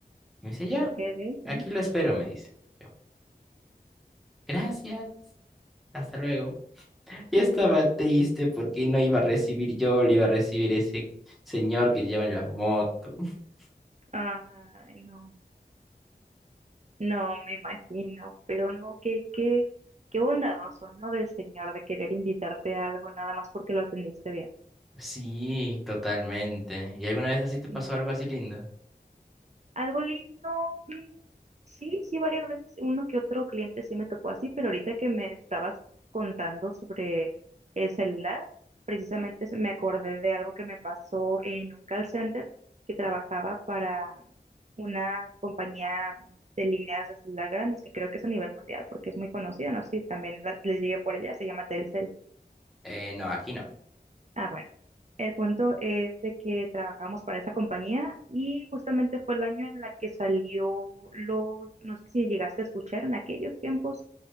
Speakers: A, in the centre; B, on the right (about 45°).
A: Y me dice, ya,
B: ok, ok.
A: aquí
B: ujú.
A: lo espero, me dice. Yo, gracias, hasta luego. Y estaba triste porque no iba a recibir yo, lo iba a recibir ese señor que lleva en la moto. <laughs>
B: Ay, no, no me imagino, pero no, qué, qué, qué bondadoso, ¿no? Del señor de querer invitarte a algo nada más porque lo atendiste bien.
A: Sí, totalmente. ¿Y alguna vez así te
B: Sí.
A: pasó algo así lindo?
B: Algo lindo, mm, sí, sí, varias veces uno que otro cliente sí me tocó así, pero ahorita que me estabas contando sobre el celular, precisamente se- me acordé de algo que me pasó en un call center que trabajaba para una compañía de líneas de celular grandes, que creo que es a nivel mundial porque es muy conocida, no sé si también la- les llegué por ella, se llama Telcel.
A: Eh, no, aquí no.
B: Ah, bueno. El punto es de que trabajamos para esa compañía y justamente fue el año en la que salió los, no sé si llegaste a escuchar en aquellos tiempos,